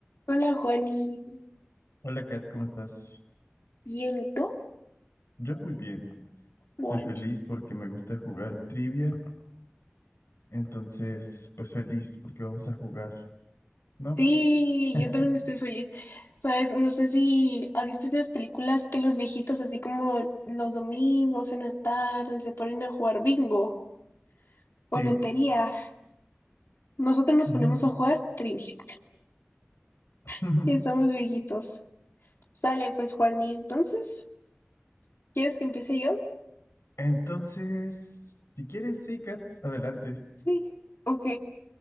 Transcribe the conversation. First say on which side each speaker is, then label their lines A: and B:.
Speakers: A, on the left; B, on the left.
A: Hola, Juani.
B: Hola Kat, ¿cómo estás?
A: Bien, ¿y tú?
B: Yo muy bien.
A: Juani.
B: Estoy feliz porque me gusta jugar trivia. Entonces, pues feliz porque vamos a jugar, ¿no?
A: Sí,
B: <laughs>
A: yo también estoy feliz. Sabes, no sé si has visto unas películas que los viejitos, así como los domingos en la tarde, se ponen a jugar bingo o
B: Sí.
A: lotería. Nosotros nos
B: ujú,
A: ponemos a jugar trivia. <laughs>
B: ujú.
A: Ya estamos viejitos. Sale, pues, Juani. Entonces, ¿quieres que empiece yo?
B: Entonces, si quieres, sí, Kat, adelante.
A: Sí. Ok.